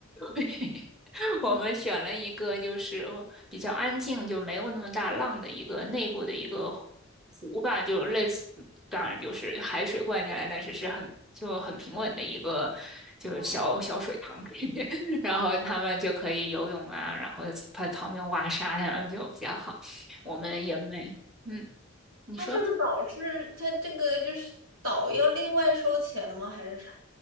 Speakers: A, in the centre; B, on the right (about 75°).
A: 以我们选了一个就是比较安静，
B: 嗯
A: 就没有那么大浪的一个内部的一个湖吧，就类似，当然就是海水灌进来，但是是很就很平稳的一个就是小小水塘里面，
B: 哦，
A: <laughs> 然后他们就可以游泳啊，然后在旁边挖沙呀，就比较好。我们也没。
B: 嗯
A: 嗯，你说，
B: 他这个岛是，他这个就是岛要另外收钱吗？还是啥？